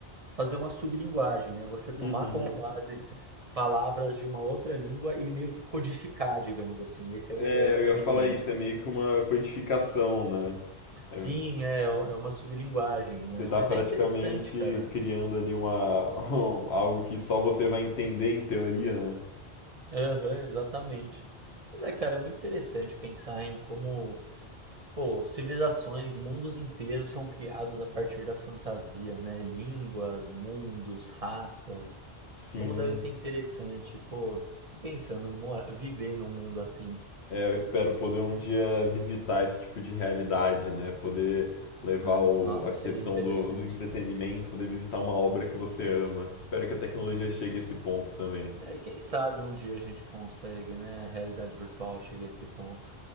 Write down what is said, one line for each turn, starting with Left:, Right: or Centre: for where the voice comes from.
Right: fazer uma sublinguagem, né? Você tomar
Left: Uhum.
Right: como base palavras de uma outra língua e meio que codificar, digamos assim. Esse é
Left: É,
Right: o, é o conveniente.
Left: eu ia falar isso, é meio que uma codificação, né?
Right: Sim,
Left: É,
Right: é, é uma sublinguagem,
Left: você
Right: né?
Left: tá
Right: Mas
Left: praticamente
Right: é interessante, cara.
Left: criando ali uma <laughs> algo que só você vai entender em teoria, né?
Right: Aham, exatamente. Mas é, cara, é muito interessante pensar em como Pô, civilizações, mundos inteiros são criados a partir da fantasia, né? Línguas, mundos, raças.
Left: Sim.
Right: Como deve ser interessante, pô. Eu fico pensando, mora, viver num mundo assim,
Left: É, eu espero poder um dia visitar esse tipo de realidade, né? Poder levar
Right: né?
Left: o-
Right: Nossa,
Left: a
Right: seria
Left: questão
Right: interessante.
Left: do, do entretenimento, poder visitar uma obra que você ama. Espero que a tecnologia
Right: Sim.
Left: chegue a esse ponto também.
Right: É, quem sabe um dia a gente consegue, né? A realidade virtual chega a esse ponto.